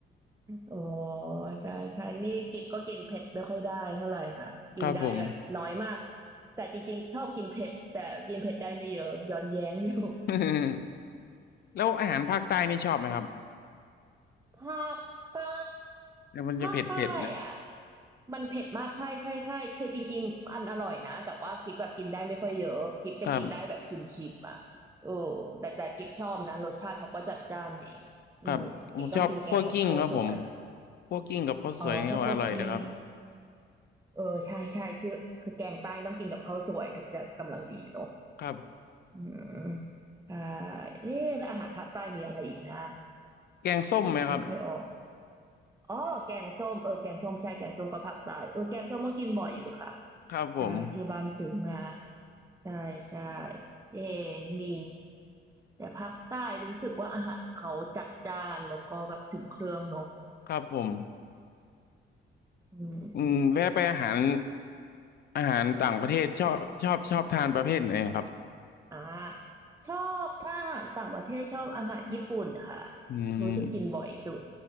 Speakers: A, on the right; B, on the left.
A: อ๋อใช่ใช่นี่กิบก็กินเผ็ดไม่ค่อยได้เท่าไหร่ค่ะกินได้แบบน้อยมาก
B: ครับผม
A: แต่จริงๆชอบกินเผ็ดแต่กินเผ็ดได้ไม่เยอะย้อนแย้งอยู่
B: <laughs> แล้วอาหารภาคใต้นี่ชอบไหมครับ
A: <laughs> ภาคใต้
B: แล้วมันจะเผ็ดเผ็ดนะ
A: ภาคใต้อ่ะมันเผ็ดมากใช่ใช่ใช่คือจริงๆอันอร่อยนะแต่ว่ากิ๊บแบบกินได้ไม่ค่อยเยอะกิ๊บจะกินได้แบบชิมชิมอ่ะเออแต่แต่กิ๊บชอบนะรสชาติเขาก็จัดจ้านดี
B: ครับ
A: อืมกิ๊บต้องกินแกงกับข้าวสวย
B: ครับผมชอบคั่วกิ้งครับผมคั่วกิ้งกับข้าวสวยนี่อร่อยเลยครับ
A: อ๋อชอบคั่วกลิ้งเออใช่ใช่คือคือแกงใต้ต้องกินกับข้าวสวยถึงจะกำลังดีเนอะ
B: ครับ
A: อืมอ่าเอ๊ะอาหารภาคใต้มีอะไรอีกนะ
B: แกงส้มไหมครับ
A: นึกไม่ค่อยออก อ๋อแกงส้มเออแกงส้มใช่แกงส้มกับผักใต้เออแกงส้มก็กินบ่อยอยู่ค่ะ
B: ครับผม
A: ใช่ที่บ้านซื้อมาใช่ใช่เอมีแต่ภาคใต้รู้สึกว่าอาหารเขาจัดจ้านแล้วก็แบบถึงเครื่องเนอะ
B: ครับผม
A: อืมอืม
B: อืมแวะไปอาหารอาหารต่างประเทศชอบชอบชอบทานประเภทไหนครับ
A: อ่าชอบถ้าอาหารต่างประเทศชอบอาหารญี่ปุ่นค่ะ
B: อืม
A: รู้สึกกินบ่อยสุด